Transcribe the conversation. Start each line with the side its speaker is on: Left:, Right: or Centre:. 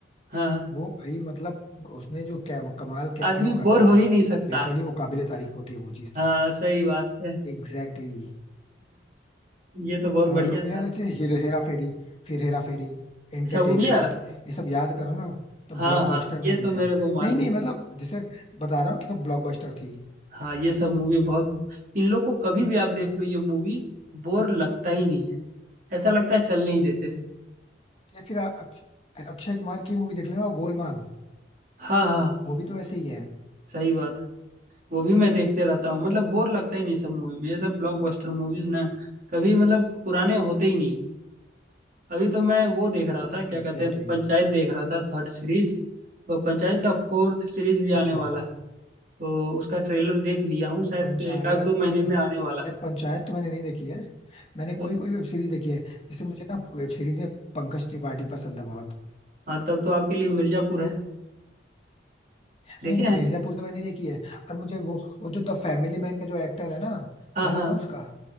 Right: हाँ हाँ
Left: वो भाई मतलब उसने जो क्या- कमाल की एक्टिंग
Right: आदमी
Left: वो करता
Right: बोर हो
Left: है
Right: ही नहीं सकता
Left: लिटरली वो काबिले तारीफ होती है वो चीज तो
Right: हाँ सही बात है
Left: एग्जैक्टली
Right: ये तो बहुत
Left: अह,
Right: बढ़िया था
Left: यार अच्छे हेर, हेरा फेरी फिर हेरा फेरी एंटरटेनमेंट
Right: अच्छा वो भी आ रहा है
Left: ये सब याद करो ना तो
Right: हाँ
Left: ब्लॉकबस्टर
Right: हाँ ये
Left: मूवीज
Right: तो मेरे
Left: हैं
Right: को मालूम
Left: नहीं नहीं मतलब जैसे बता रहा हूँ कि सब ब्लॉकबस्टर थी
Right: हाँ ये सब मूवी बहुत इन लोग को कभी भी आप देख लो ये मूवी बोर लगता ही नहीं है ऐसा लगता है चलने ही देते हैं
Left: या फिर अ- अक्ष- अक्षय कुमार की मूवी देख लेना वो गोलमाल
Right: हाँ हाँ
Left: वो भी तो ऐसे ही है
Right: सही बात है वो भी मैं देखते रहता हूँ मतलब बोर लगता ही नहीं सब मूवी में ये सब ब्लॉकबस्टर मूवीज ना कभी मतलब पुराने होते ही नहीं है अभी तो मैं वो देख रहा था क्या
Left: Exactly
Right: कहते हैं पंचायत
Left: exactly.
Right: देख रहा था थर्ड सीरीज तो पंचायत का फोर्थ सीरीज भी
Left: अच्छा
Right: आने वाला है तो उसका ट्रेलर देख लिया हूँ शायद
Left: पंचायत
Right: एक आध दो महीने
Left: यार
Right: में आने वाला है
Left: पंचायत तो मैंने नहीं देखी है मैंने
Right: तो,
Left: कोई कोई वेब सीरीज देखी है जैसे मुझे ना वेब सीरीज में पंकज त्रिपाठी पसंद है बहुत
Right: हाँ तब तो आपके लिए मिर्जापुर है देखे
Left: नहीं
Right: हैं
Left: मिर्जापुर तो मैंने देखी है और मुझे वो वो जो द फैमिली मैन का जो एक्टर है ना
Right: हाँ
Left: क्या
Right: हाँ
Left: नाम है उसका